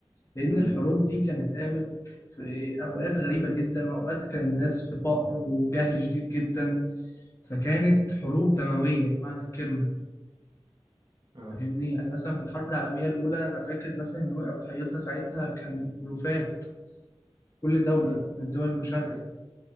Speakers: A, on the left; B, on the right.
A: لان
B: امم
A: الحروب دي كانت قامت في اوقات غريبه جدا واوقات كان الناس في فقر وجهل شديد جدا فكانت حروب دمويه بمعنى الكلمه
B: اه
A: فاهمني يعني مثلا في الحرب العالميه الاولى انا فاكر مثلا ان وقع ضحيتها ساعتها كان الوفات في كل دوله
B: امم
A: من الدول المشاركه
B: أيوه